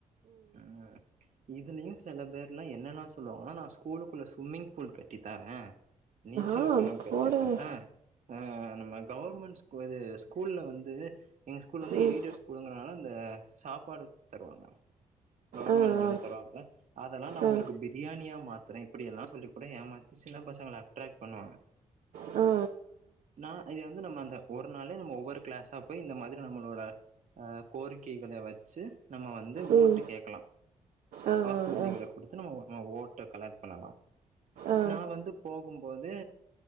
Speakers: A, on the right (about 60°); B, on the right (about 80°).
A: ம் இதுலயும் சில பேர்ல என்னன்னா சொல்லுவாங்கன்னா நா ஸ்கூலுக்குள்ள சும்மிங் பூல் கட்டி தரே நீச்சல்
B: ஆ
A: குளம் கட்டித்
B: போடுங்க
A: தரே ஆ நம்ம கவுர்மெண்ட் ஸ்கூ இது ஸ்கூல்ல வந்து எங்க ஸ்கூல் வந்து
B: ம்
A: எய்டட் ஸ்கூல்ங்கறனால அந்த சாப்பாடு தருவாங்க கவர்மெண்ட்
B: ஆ ஆ
A: லோன் தருவாங்கல்ல அதெல்லா நா
B: ஆ
A: உங்களுக்கு பிரியாணியா மாத்தரே இப்டில்லா சொல்லி கூட ஏமாத்தி சின்ன பசங்கள அட்ராக்ட் பண்ணுவாங்க
B: அ
A: நா இது வந்து நம்ம அந்த ஒரு நாளே நம்ம ஒவ்வொரு கிளாஸா போய் இந்த மாத்ரி நம்மளோட அ கோரிக்கைகள வெச்சு நம்ம வந்து
B: ம்
A: ஓட்டு கேக்கலா
B: ஆ ஆ
A: குறுதிகள
B: ஆ
A: குடுத்து நம்ம ஓட்ட கலெக்ட் பண்ணலா
B: ஆ
A: நா வந்து போகும்போது